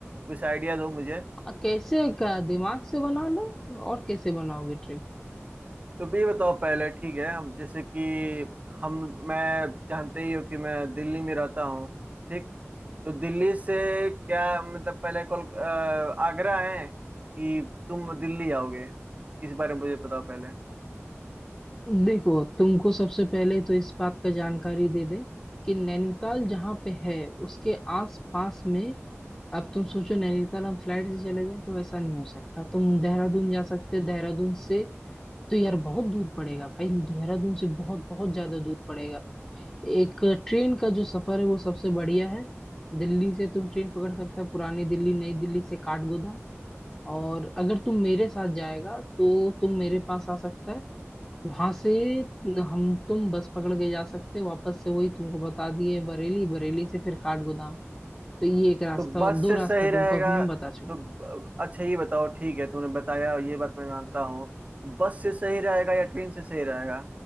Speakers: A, on the right; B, on the left.
A: कुछ आइडिया दो मुझे
B: अ, कैसे क्या दिमाग से बना लो और कैसे बनाओगे ट्रिप
A: तो भी बताओ पहले ठीक है हम जैसे कि हम मैं जानते ही हो कि मैं दिल्ली में रहता हूँ ठीक तो दिल्ली से क्या मतलब पहले कोल अ, आगरा है कि तुम दिल्ली आओगे इस बारे में मुझे बताओ पहले
B: देखो तुमको सबसे पहले तो इस बात का जानकारी दे दे कि नैनीताल जहाँ पे है उसके आस पास में अब तुम सोचो नैनीताल हम फ्लाइट से चले जाए तो वैसा नहीं हो सकता तुम देहरादून जा सकते देहरादून से तो यार बहुत दूर पड़ेगा भाई देहरादून से बहुत बहुत ज्यादा दूर पड़ेगा एक ट्रेन का जो सफर है वो सबसे बढ़िया है दिल्ली से तुम ट्रेन पकड़ सकते हो पुरानी दिल्ली नई दिल्ली से काठगोदाम और अगर तुम मेरे साथ जाएगा तो तुम मेरे पास आ सकता है वहां से हम तुम बस पकड़ के जा सकते हैं वापस से वही तुमको बता दिए बरेली बरेली से फिर काठगोदाम तो ये एक रास्ता
A: तो बस
B: और दो
A: से
B: रास्ता
A: सही रहेगा
B: तुमको अभी हम बता चुके
A: तो ब- अच्छा ये बताओ ठीक है तूने बताया और ये बात मैं मानता हूँ बस से सही रहेगा या ट्रेन से सही रहेगा